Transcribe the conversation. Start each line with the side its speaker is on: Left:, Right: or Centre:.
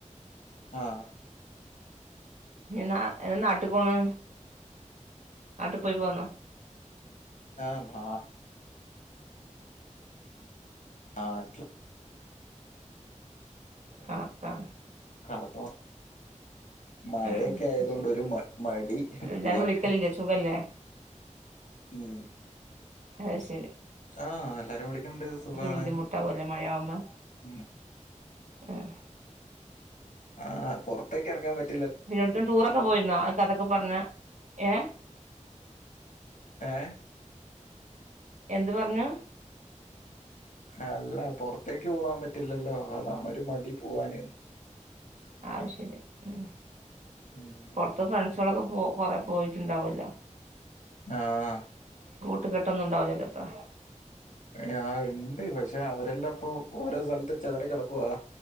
Left: ആഹ്
Right: നാ നാട്ട് പോണ് നാട്ട് പോയി പോന്നോ
Left: ആഹ് നാ നട്ട്ൽ
Right: കണക്കാണ്
Left: ക <unintelligible> മഴക്കെ
Right: ആഹ്
Left: ആയതോണ്ട്
Right: ശരി
Left: ഒര് മ മടി
Right: എല്ലാരും
Left: പൂവാൻ
Right: വിളിക്കലില്ലേ സുഖല്ലേ
Left: മ്
Right: അത് ശെരി
Left: ആഹ് എല്ലാരും വിളിക്ക്ണ് ണ്ട് സുഖാണ്
Right: ബുദ്ധിമുട്ടാവുല്ലേ മഴയാവുമ്പോ
Left: മ്
Right: ആ
Left: ആഹ് പൊറത്തേക്കെറങ്ങാൻ പ
Right: പിന്നെ എട്ക്കേലും ടൂറൊക്കെ പോയിര്ന്നോ അതൊക്കെ പറഞ്ഞ ഏ
Left: ഏ
Right: എന്ത് പറഞ്ഞു
Left: അല്ല പൊറത്തേക്ക് പോവാൻ പറ്റില്ലല്ലോ അതാണൊര് മടി പോവാന്
Right: ആ ശരി മ്
Left: ഉം.
Right: പൊറത്ത മ കുച്ചളൊക്കെ പോ കൊറെ പോയിട്ടുണ്ടാവോലോ
Left: ആഹ്
Right: ട്ട് കെട്ടൊന്നും ഉണ്ടാവൂലല്ലോപ്പൊ
Left: ഞ ണ്ട് പക്ഷെ അവരെല്ലാപ്പൊ ഓരോ സെലത്ത് ചെതറി കെട ക്കുവാ